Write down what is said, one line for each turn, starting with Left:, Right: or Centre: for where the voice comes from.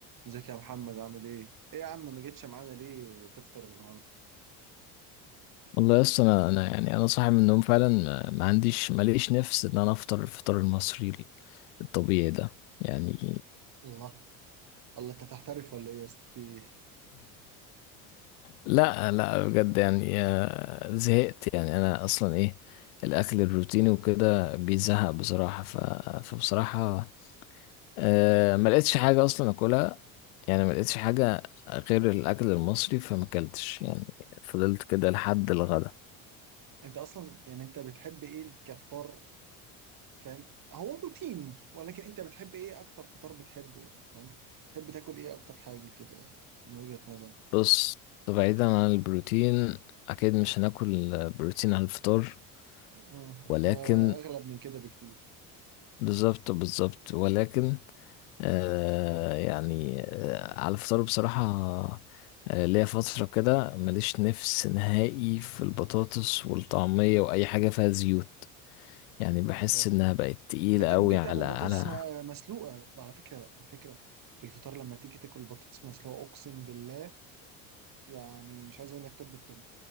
Right: ازيك يا محمد عامل ايه؟ ايه يا عم ما جيتش معانا ليه تفطر النهارده؟
Left: والله يس انا انا يعني انا صاحي من النوم فعلا ما ما عنديش ماليش نفس ان انا افطر الفطار المصري الطبيعي ده يعني
Right: الله الله انت تحترف ولا ايه يا اسطى في ايه؟
Left: لا لا بجد يعني آه، زهقت يعني انا اصلا ايه الاكل الروتيني وكده بيزهق بصراحة ف... فبصراحة آه، ما لقيتش حاجة اصلا اكلها يعني ما لقيتش حاجة غير الاكل المصري فما اكلتش يعني فضلت كده لحد الغدا
Right: انت اصلا يعني انت بتحب ايه كفطار فاهم؟ هو روتيني ولكن انت بتحب ايه اكتر فطار بتحبه يعني فاهم؟ تحب تاكل ايه اكتر حاجه كده يعني من وجهة نظرك؟
Left: بص بعيدا عن البروتين اكيد مش هناكل بروتين على الفطار
Right: اه
Left: ولكن
Right: احنا اغلب من كده بكتير
Left: بالظبط بالظبط ولكن آه يعني آه على الفطار بصراحة آه ليا فترة كده ماليش نفس نهائي في البطاطس والطعمية وأي حاجة فيها زيوت يعني بحس
Right: حلو
Left: إنها بقت تقيلة
Right: انت ممكن
Left: أوي على
Right: تعمل بطاطس
Left: على
Right: م- مسلوقه على فكره على فكره في الفطار لما تيجي تاكل بطاطس مسلوقه اقسم بالله يعني مش عايز اقول لك طب التوب